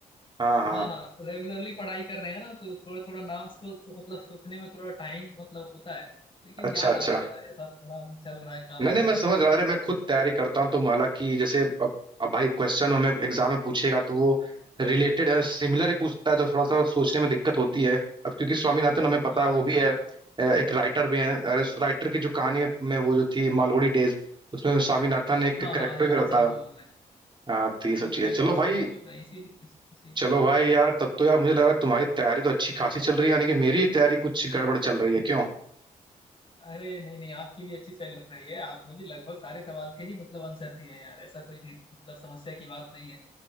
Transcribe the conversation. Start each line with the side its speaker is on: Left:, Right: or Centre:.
Right: हाँ हाँ
Left: हाँ हाँ रेगुलरली पढ़ाई कर रहे हैं ना तो थोड़ा थोड़ा नाम सोच मतलब सोचने में थोड़ा टाइम मतलब होता है लेकिन
Right: अच्छा
Left: याद
Right: अच्छा
Left: आ जाता है ऐसा थोड़ा चल रहा है काम
Right: नहीं
Left: इसी
Right: नहीं मैं
Left: के
Right: समझ
Left: ऊपर
Right: रहा हूँ अरे मैं खुद तैयारी करता हूँ तो हालांकि जैसे अब अब भाई क्वेश्चन हमें एग्जाम में पूछेगा तो वो रिलेटेड सिमिलर ही पूछता है तो थोड़ा सा सोचने में दिक्कत होती है अब क्योंकि स्वामीनाथन हमें पता
Left: हाँ
Right: है
Left: हाँ
Right: वो भी है
Left: एकदम
Right: अ, एक राइटर भी है अरे राइटर की जो कहानी है, में वो जो थी मालगुडी डेज उसमें स्वामीनाथन एक
Left: हाँ
Right: करेक्टर
Left: हाँ एकदम
Right: भी रहता
Left: सही बोल
Right: है
Left: रहे हैं
Right: हाँ तो ये सब
Left: हाँ
Right: चीजें
Left: एकदम
Right: चलो
Left: सही
Right: भाई
Left: बोल रहे हैं इसीलिए इस, इसीलिए
Right: चलो भाई यार तब तो यार मुझे लग रहा है तुम्हारी तैयारी तो अच्छी खासी चल रही है यानी कि मेरी तैयारी कुछ गड़बड़ चल रही है क्यों
Left: अरे नहीं नहीं आपकी भी अच्छी चल रही है आपने भी लगभग सारे सवाल के ही मतलब आंसर दिए हैं यार ऐसा कोई थी- मतलब समस्या की बात नहीं है